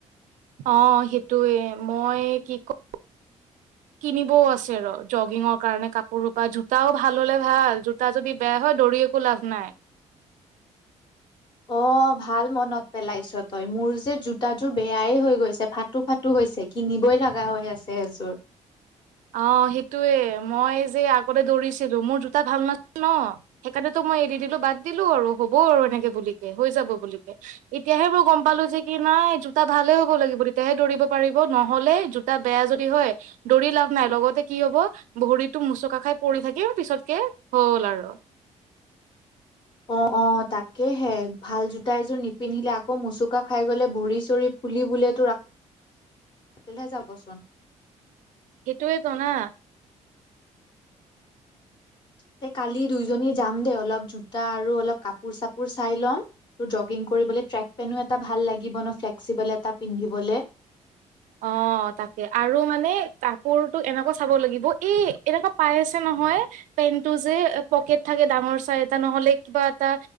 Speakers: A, on the right; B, on the left.
A: অ সেইটোৱে মই কি ক, কিনিবও আছে ৰ জগিঙৰ কাৰণে কাপোৰৰ পৰা জোতাও ভাল হলে ভাল জোতা যদি বেয়া হয় দৌৰি একো লাভ নাই।
B: অ', ভাল মনত পেলাইছ তই। মোৰ যে জোতাযোৰ বেয়াই হৈ গৈছে ফাটো ফাটো হৈছে কিনিবই লগা হৈ আছে এযোৰ
A: অ', সেইটোয়ে, মই যে আগতে দৌৰিছিলো মোৰ জোতা ভাল নাছিল ন, সেইকাৰণেতো মই এৰি দিলো বাদ দিলো আৰু হব আৰু এনেকে বুলিকে হৈ যাব বুলিকে এতিয়াহে মই গম পালো যে কি নাই জোতা ভালে হ'ব লাগিব তেতিয়াহে দৌৰিব পাৰিব, নহলে জোতা বেয়া যদি হয় দৌৰি লাভ নাই লগতে কি হব ভৰিতটো মোচকা খাই পৰি থাকিম পিছতকে হ'ল আৰু
B: অ', অ', তাকেহে ভাল জোতা এযোৰ নিপিন্ধিলে আকৌ মোচুকা খাই গলে ভৰি চৰি ফুলি বোলো যাবচোন।
A: এইটোৱে তো না
B: তে কালি দুইজনী যাম দে অলপ জোতা আৰু অলপ কাপোৰ চাপোৰ চাই ল'ম। তোৰ জগিং কৰিবলৈ ট্ৰেক পেনো এটা ভাল লাগিব ন ফ্লেক্সিবল এটা পিন্ধিবলে
A: অ', তাকে আৰু মানে কাপোৰটো এনেকুৱা চাব লাগিব এই এনেকুৱা পাই আছে নহয় পেণ্টটো যে পকেট থাকে ডাঙৰ চাই এটা, নহলে কিবা এটা